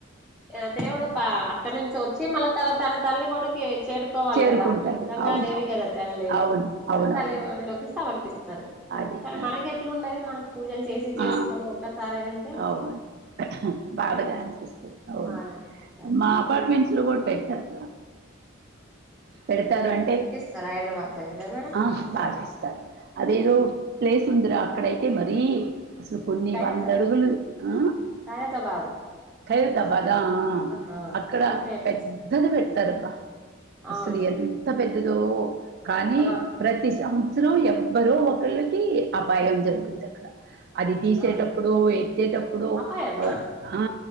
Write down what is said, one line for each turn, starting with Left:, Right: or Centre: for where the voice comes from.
Centre: ఆ దేవుడు ప అక్కడి నుంచి వచ్చి మళ్ళ త తన తల్లి కొడికి చేరు కోవాలి
Right: చేరుకుంటాడు
Centre: కదా గంగాదేవి
Right: అవునవును
Centre: కదా తల్లి
Right: అవును అవునవును
Centre: తలవాడలోకి సమర్పిస్త
Right: అది
Centre: కాని
Right: అది
Centre: మనకు ఎట్లు ఉంటది మనం పూజలు చేసి చేసుకుని
Right: ఆ,
Centre: ఒక్కసారి వెళ్
Right: అవును బాధగా అనిపిస్తది అవును
Centre: బాధనిపిస్తది
Right: మా అపార్ట్మెంట్స్ లో కూడా పెడతారు రా పెడతారు అంటే
Centre: స హైదరాబా తడియోగోన
Right: ఆ బాచేస్తారు అదేదో ప్లేస్ ఉందిరా అక్కడైతే మరీ అసలు కొన్ని
Centre: ఖైరతాబాద్
Right: వందడుగులు ఆ
Centre: ఖైరతాబాద్
Right: ఖైరతాబాద్ ఆ
Centre: ఆహా
Right: అక్కడ
Centre: అది ఫేమస్
Right: పెద్దది పెడతారబ్బా
Centre: అవునవును
Right: అసలు ఎంత్ ఎంత పెద్దదో కానీ
Centre: ఆ
Right: ప్రతి సంవ్ అసలు ఎవ్వరో ఒకళ్ళకి అపాయం జరుగుద్ది అక్కడ అది తీసేటప్పుడు
Centre: ఆ
Right: ఎత్తేటప్పుడు
Centre: అపాయమా
Right: ఆ